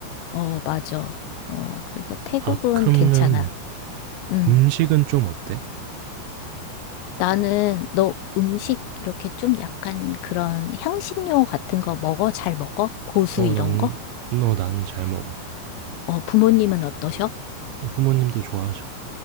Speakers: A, on the left; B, on the right.
A: 어, 맞아. 어, 그래서 태국은
B: 아 그러면
A: 괜찮아. 음.
B: 음식은 좀 어때?
A: 나는 너 음식 이렇게 좀 약간 그런 향신료 같은 거 먹어? 잘 먹어? 고수
B: 어
A: 이런
B: 나는
A: 거?
B: 너 나는 잘 먹어.
A: 어, 부모님은 어떠셔?
B: 어 부모님도 좋아하셔.